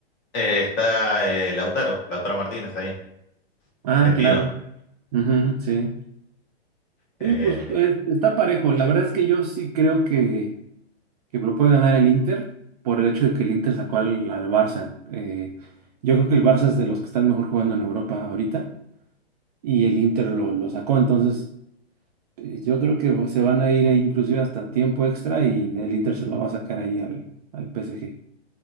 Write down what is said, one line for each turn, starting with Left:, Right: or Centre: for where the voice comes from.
Left: eh, está eh, Lautaro, Lautaro Martínez ahí,
Right: Ah,
Left: argentino.
Right: claro. Ujú, sí.
Left: Eh,
Right: Sí, pues, pues, está parejo. La verdad es que yo sí creo que que lo puede ganar el Inter por el hecho de que el Inter sacó al, al Barça. Eh, yo creo que el Barça es de los que están mejor jugando en Europa ahorita y el Inter lo, lo sacó. Entonces, eh, yo creo que se van a ir ahí inclusive hasta tiempo extra y el Inter se lo va a sacar ahí al, al PSG.